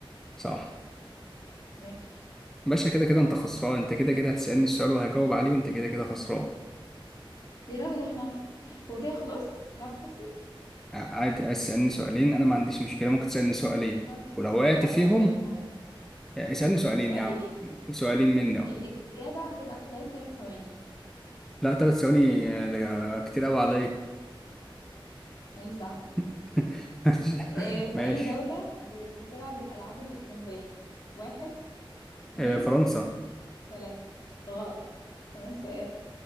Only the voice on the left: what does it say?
ماشي
يا لهوي ده احنا هو كده خلاص اللعبة خلصت
خلاص
هسأل
سؤال تعادل
ماشي سؤالين
الإجابة هتبقى خلال ثلاث ثواني
ماليش دعوة
اه في
أي دولة ب... بتلعب الألعاب الأولمبية واحد اتنين
تلاتة غلط كمان سؤال